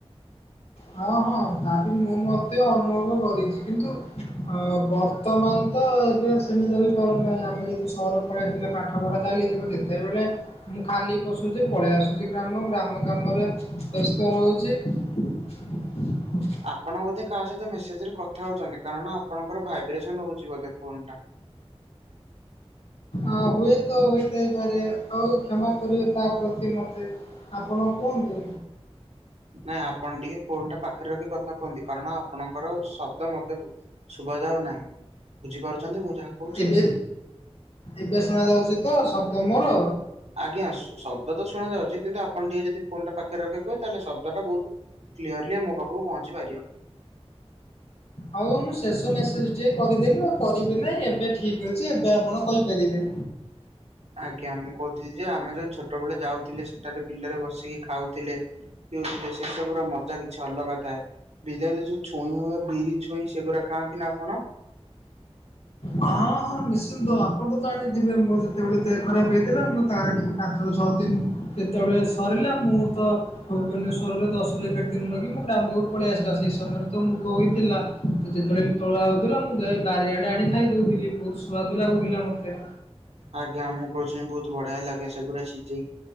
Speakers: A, on the left; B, on the right.
A: ହଁ ହଁ ତାବି ମୁଁ ମତେ ଅନୁଭବ କରିଚି କିନ୍ତୁ ଅ ବର୍ ବର୍ତ୍ତମାନତ ଏବେ ଆଉ ସେମିତି ହୋଇପାରୁନାହିଁ ଆମେ ଯଦି ସହର ପଳେଇ ଆସେ ପାଠପଢ଼ା ଚାଲିଥିଲୁ ଯେତେବେଳେ ମୁଁ ଖାଲି ପସୁଚି ପଳେଇ ଆସୁଚି ଗ୍ରାମ ଗ୍ରାମ କାମରେ ବ୍ୟସ୍ତ ରହୁଚି <inaudible>
B: ଆପଣ ବୋଧେ କାହା ସହିତ ମେସେଜରେ କଥା ହଉଚନ୍ତି କାରଣ ଆପଣଙ୍କର ଭାଇବ୍ରେସନ ହଉଚି ବୋଧେ ଫୋନ୍ ଟା
A: ଆ ହୁଏତ ହୋଇଥାଇପାରେ ଆଉ କ୍ଷମା କରିବେ ତାପ୍ରତି ମତେ ଆପଣ କୁହନ୍ତୁ।
B: ନାଇଁ ଆପଣ ଟିକେ ଫୋନ ଟା ପାଖରେ ରଖି କଥା କୁହନ୍ତି କାରଣ ଆପଣଙ୍କର ଶବ୍ଦ ମତେ ସୁଭା ଯାଉ ନାହିଁ ବୁଝିପାରୁଛନ୍ତି ମୁଁ ଯାହା କହୁଛି
A: ଏବେ ଏବେ ଶୁଣ ଯାଉଛି ତ ସବ୍ଦ ମୋର।
B: ଆଜ୍ଞା ଶବ୍ଦ ତ ଶୁଣା ଯାଉଛି କିନ୍ତୁ ଆପଣ ଟିକେ ଯଦି ଫୋନ୍ଟା ପାଖରେ ରଖି କହିବେ ତାହେଲେ ଶବ୍ଦ ଟା ବହୁତ। କ୍ଲିୟରଲି ଆମ ପାଖକୁ ପହଞ୍ଚି ପାରିବ।
A: ହଉ ମୁଁ ଶେଷ ମେସେଜ ଟିକେ କରିଦେଲି ଆଉ କରିବି ନାହିଁ ଏବେ ଠିକ ଅଛି ଏବେ ଆପଣ କହିପାରିବେ।
B: ଆଜ୍ଞା ମୁଁ କହୁଥିଲି ଯେ ଆମେ ଯୋଉ ଛୋଟବେଳେ ଯାଉଥିଲେ ସେଠାରେ ବିଲରେ ବସିକି ଖାଉଥିଲେ। ପିଉଥିଲେ ସେ ସବୁର ର ମଜା କିଛି ଅଲଗା ଥାଏ। ବିଲରେ ଯୋଉ ଛୁଇଁ ହୁଏ ବିରି ଛୁଇଁ ସେଗୁଡ଼ା ଖାନ୍ତି ନା ଆପଣ।
A: ହଁ ହଁ ନିଶ୍ଚିନ୍ତ ଆପଣ ତ ଜାଣିଥିବେ ମୋର ଯେତେବେଳେ ଦେହ ଖରାପ ହେଇଥିଲା ମୁଁ ତାର ଟି ପାଞ୍ଚରୁ ଛଅ ଦିନ ଯେତେବେଳେ ସରିଲା ମୁଁ ତ। ଭୁବନେଶ୍ଵରରେ ଦଶରୁ ଏକାର ଦିନ ରହିକିି ମୁଁ ଗ୍ରାମକୁ ପଳେଇ ଆସିଲି ଆଉ ସେଇ ସମୟରେ ତ ମୁଗ ହୋଇଥିଲା। ତ ଯେତେବେଳେ ତୋଳ ହଉଥିଲା ମୁଁ ଯାଇ ବାରିଆଡେ ଆଣି ଖାଇ ଦଉଥିଲି ବହୁତ ସୁଆଦ ଲାଗୁଥିଲା ମତେ।
B: ଆଜ୍ଞା ମୁଗ ଛୁଇଁ ବହୁତ ବଢିଆ ଲାଗେ ସେଗୁଡା ସିଝେଇକି।